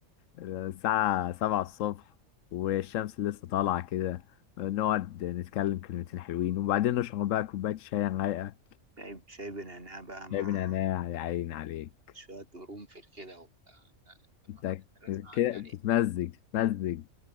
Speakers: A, on the left; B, on the right.
A: الساعة سبعة الصبح والشمس لسه طالعة كده نقعد نتكلم كلمتين حلوين وبعدين نشرب بقى كوباية شاي رايقة
B: شاي شاي بنعناع بقى مع
A: جايب نعناع يا عين عليك
B: شوية قرنفل كده وبتاع لا لا، طب
A: أنت
B: ما ده أنت لازم أعدي
A: كده
B: عليك
A: تتمزج تتمزج